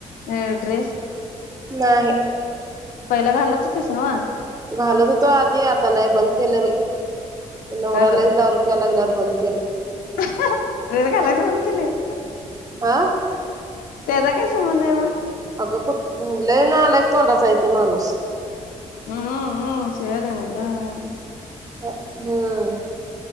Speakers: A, on the left; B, on the right.
A: हा ड्रेस
B: नाही.
A: पहिला घालत होतीस नव्ह?
B: घालत होतो आधी आता नाही बंद केल बाई. नवरा
A: का ग
B: लईच दारू प्यायला लागलाय बंद केले
A: ड्रेस घालायचं बंद केलीस?
B: आ?
A: त्याचा काय संबंध आहे मग?
B: अगं कुत लय नालायक तोंडाचा आहे तो माणूस.
A: हम हम शिव्या देऊ नको ग.
B: अ हम्म